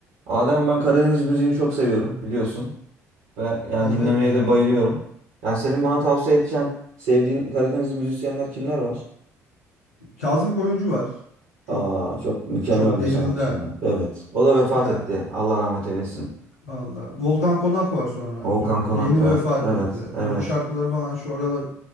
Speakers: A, on the right; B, on the left.
A: Adem ben Karadeniz müziğini çok seviyorum biliyorsun ve yani
B: Evet
A: dinlemeye
B: ya.
A: de bayılıyorum. Yani senin bana tavsiye edeceğin sevdiğin Karadeniz müzisyenler kimler var?
B: Kazım Koyuncu var. Çok
A: Aa çok mükemmel
B: çok derinden.
A: bir sanatçı ya. Evet. O da vefat
B: Yani
A: etti. Allah rahmet eylesin.
B: valla. Volkan Konak var sonra.
A: Volkan
B: Bu
A: Konak
B: yeni
A: var.
B: vefat
A: Evet,
B: etti.
A: evet.
B: Onun şarkıları falan şu aralar